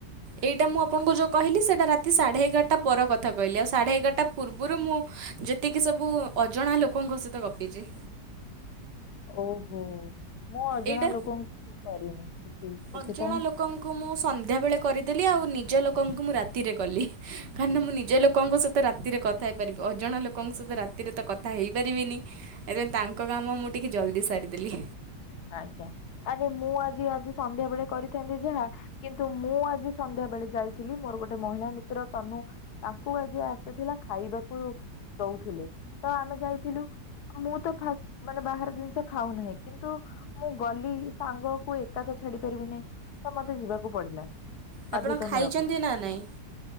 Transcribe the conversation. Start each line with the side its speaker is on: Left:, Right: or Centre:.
Right: ଏଇଟା ମୁଁ ଆପଣଙ୍କୁ ଯଉ କହିଲି ସେଟା ରାତି ସାଢ଼େ ଏଗାରଟା ପର କଥା କହିଲି ଆଉ ସାଢ଼େ ଏଗାରଟା ପୂର୍ବରୁ ମୁଁ ଯେତିକି ସବୁ ଅଜଣା ଲୋକଙ୍କ ସହିତ ଗପିଛି।
Left: ଓହୋ ମୁଁ ଅଜଣା
Right: ଏଇଟା
Left: ଲୋକଙ୍କୁ କରିନି କିଛି। ସେଥିପାଇଁ
Right: ଅଜଣା ଲୋକଙ୍କ କୁ ମୁଁ ସନ୍ଧ୍ୟାବେଳେ କରିଦେଲି ଆଉ ନିଜ ଲୋକଙ୍କୁ ମୁଁ ରାତିରେ କଲି କାହିଁକିନା ମୁଁ ନିଜ ଲୋକଙ୍କ ସ ତ ରାତିରେ କଥା ହେଇପାରିବି ଅଜଣା ଲୋକଙ୍କ ସହିତ ରାତିରେ ତ କଥା ହେଇପାରିବିନି। ଏତିପାଇଁ ତାଙ୍କ କାମ ମୁଁ ଟିକେ ଜଲ୍ଦି ସାରିଦେଲି।
Left: ଆଜ୍ଞା ଆରେ ମୁଁ ଆଜି ଆଜି ସନ୍ଧ୍ୟା ବେଳେ କରିଥାନ୍ତି ଯାହା କିନ୍ତୁ ମୁଁ ଆଜି ସନ୍ଧ୍ୟା ବେଳେ ଯାଇଥିଲି ମୋର ଗୋଟେ ମହିଳା ମିତ୍ର ତନୁ ତାଙ୍କୁ ଆଜି ସେ ଥିଲା ଖାଇବାକୁ ଦଉଥିଲେ ତ ଆମେ ଯାଇଥିଲୁ। ମୁଁ ତ ଫାଷ୍ଟ ମାନେ ବାହାର ଜିନିଷ ଖାଉ ନାହିଁ କିନ୍ତୁ ମୁଁ ଗଲି ସାଙ୍ଗକୁ ଏକା ତ ଛାଡି ପାରିବି ନାହିଁ ତ ମତେ ଯିବାକୁ ପଡିଲା।
Right: ଆପଣ
Left: ବାଧ୍ୟତା
Right: ଖାଇଛନ୍ତି
Left: ମୁଳଫତ।
Right: ନା ନାହିଁ